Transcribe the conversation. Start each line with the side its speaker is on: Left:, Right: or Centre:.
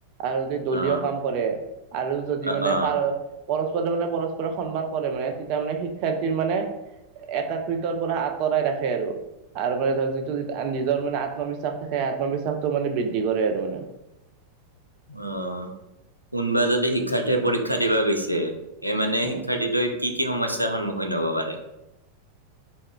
Right: আৰু যদি দলীয়
Left: অ
Right: কাম কৰে আৰু যদি
Left: অ
Right: মানে
Left: অ
Right: পাৰ পৰস্পৰে মানে পৰস্পৰক সন্মান কৰে, মানে তেতিয়া মানে শিক্ষাৰ্থীৰ মানে একাকৃতৰ পৰা আঁতৰাই ৰাখে আৰু আৰু মানে ধৰ যিটো নিজৰ মানে আত্মবিশ্বাস থাকে, আত্মবিশ্বাসটো মানে বৃদ্ধি কৰে আৰু মানে।
Left: অহ কোনোবা যদি শিক্ষাৰ্থীয়ে পৰীক্ষা দিবা গৈছে, এ মানে
Right: উম।
Left: শিক্ষাৰ্থীটো কি কি সমস্যাৰ সন্মুখীন হ'ব পাৰে?